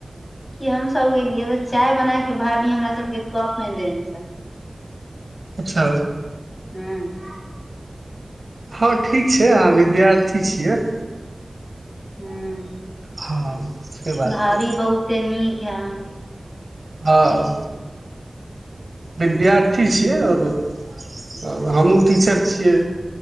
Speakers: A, on the left; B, on the right.
A: कि हमसभ गेललियै तऽ चाय बना कऽ भाभी हमरा सभके कप देने छल
B: अच्छा
A: हूँ
B: हँ ठीक छै अहाँ विद्यार्थी छियै
A: हूँ
B: हँ से बात
A: भाभी
B: छै
A: बहुते नीक यहाँ के
B: हाँ विद्यार्थी ए अर औ हमु टीचर छियै।